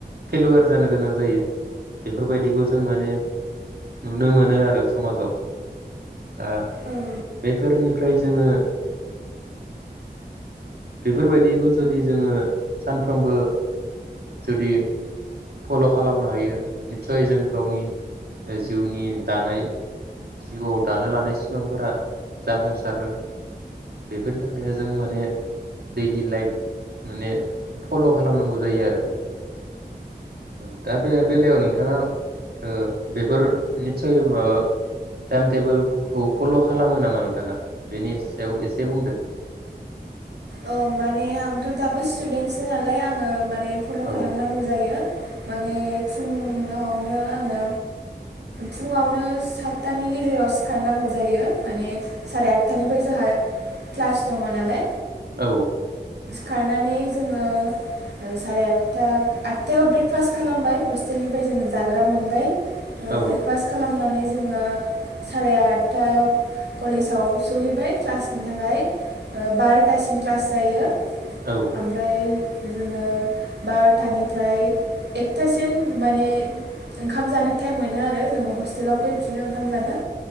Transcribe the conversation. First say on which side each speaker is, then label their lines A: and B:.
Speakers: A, on the right (about 65°); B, on the right (about 85°).
A: फेल'वार जानो गोनां जायो बेफोरबायदिखौ जों माने नुनो मोनो आरो समाजाव दा
B: औ
A: बेफोरनि ओमफ्राय जोङो बेफोरबायदिखौ जुदि जोङो सानफ्रोमबो जुदि फल' खालामनो हायो निस्सय जों गावनि जिउनि दानाय जिउआव दानो लानाय सिमांफोरा जाफुंसारो बेफोरनि थाखायनो जों माने दैलि लाइफ माने फल' खालामनांगौ जायो आरो। औ दा बे बेलायाव नोंथाङा ओ बेफोर निसय माबा टाइम टेबोलखौ फल' खालामो नामा नोंथाङा बेनि सायाव एसे बुंदो।
B: औ माने आंथ' दाबो स्टुदेन्टसो नालाय आङो माने फल'
A: औ
B: खालामनांगौ जायो। माने फुङावनो आङो फुङावनो सातथानि गेजेराव सिखारनांगौ जायो माने साराय आदथानिफ्राय जोंहा क्लास दङ नालाय।
A: औ
B: खारनानै जोङो साराय आदथा आदथायाव ब्रेकफास्ट खालामबाय हस्टेलनिफ्राय जोङो जाग्रा मोनबाय
A: औ
B: ब्रेकफास्ट खालामनानै जोङो साराय आदथायाव कलेजाव सहैबाय क्लासनि थाखाय बार थासिम क्लास जायो। ओमफ्राय
A: औ
B: जोङो बार'थानिफ्राय एकथासिम माने ओंखाम जानो टाइम मोनो आरो जोङो हस्ट स्टेलाव फैफिनो ओंखाम जानो